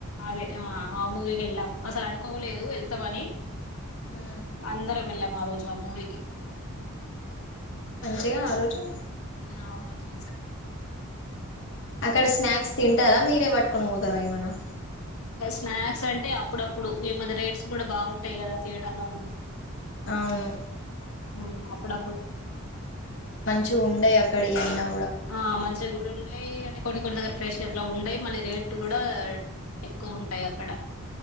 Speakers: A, on the left (about 75°); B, on the left (about 55°).
A: అదే ఆ ఆ మూవీకెళ్ళాం అసలు అనుకోలేదు వెళ్తామని
B: ఉమ్
A: అందరం వెళ్ళాం ఆ రోజు ఆ మూవీకి
B: టే ఆ రోజు
A: ఊ అవును చూసా
B: అక్కడ స్నాక్స్ తింటారా మీరే పట్టుకొని పోతారా ఏమైనా
A: గ స్నాక్స్ అంటే అప్పుడప్పుడు ఈమధ్య రేట్స్ కూడా బాగుంటాయి కదా థియేటర్ లోను
B: అవును
A: అవును అప్పుడప్పుడు
B: చు ఉండయి అక్కడ ఇయన్నూ
A: ఆ మంచిగా గూడ ఉండయి అంటే కొన్ని కొన్ని దగ్గర ఫ్రెష్ అట్లా ఉండయి మళ్ళీ రేట్ కూడా ఎక్కువ ఉంటాయి అక్కడ